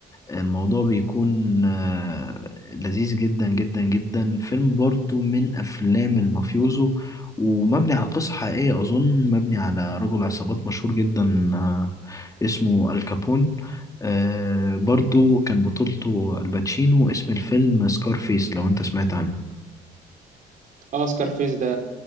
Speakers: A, on the left (about 20°); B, on the right (about 50°).
A: الموضوع بيكون آه، لذيذ جدا جدا جدا فيلم برضو من أفلام المافيوزو ومبني على قصة حقيقية أظن مبني على رجل عصابات مشهور جدا آه، اسمه الكابون آه، برضو كان بطولته الباتشينو اسم الفيلم سكارفيس لو أنت سمعت عنه
B: اه سكارفيس ده